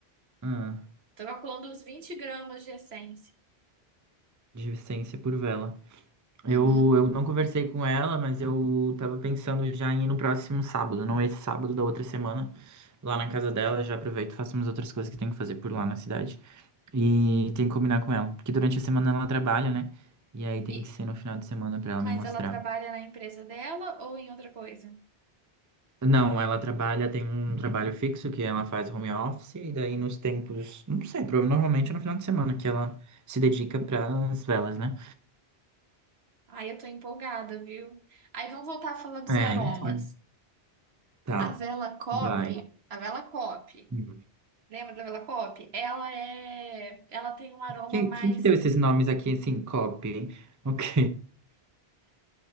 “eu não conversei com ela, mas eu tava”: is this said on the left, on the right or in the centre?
Right